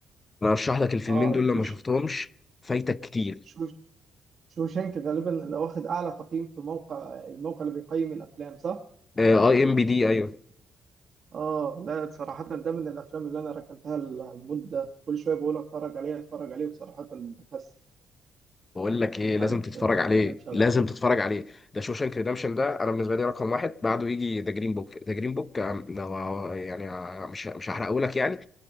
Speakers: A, on the left; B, on the right.
A: انا ارشح لك الفيلمين
B: اه
A: دول لما شفتهمش
B: شوف
A: فايتك كتير
B: شوف شوشانك غالبا اللي واخد اعلى تقييم في موقع الموقع اللي بيقيم الافلام صح؟
A: آه، اي ام بي دي ايوه
B: اه لا صراحة ده من الافلام اللي انا ركنتها لمدة كل شوية بقول اتفرج عليه اتفرج عليه وصراحة بكسل
A: بقول لك ايه
B: مش
A: لازم
B: عارف
A: تتفرج
B: آه،
A: عليه
B: ده مشغل
A: لازم تتفرج عليه ده شوشانك ريدمشن ده انا بالنسبه لي رقم واحد بعده يجي ذا جرين بوك ذا جرين بوك يعني آه، مش مش هحرقه لك يعني